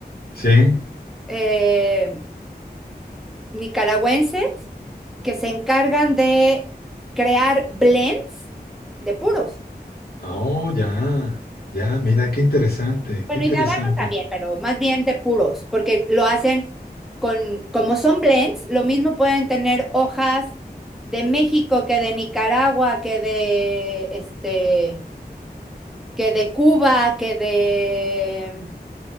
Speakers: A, on the left; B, in the centre.
A: sí.
B: eh, nicaragüenses, que se encargan de crear blends de puros.
A: Oh, ya, ya, mira, qué interesante,
B: Bueno,
A: qué interesante.
B: y de habanos también, pero más bien de puros, porque lo hacen con, como son blends, lo mismo pueden tener hojas de México que de Nicaragua, que de, este, que de Cuba, que de,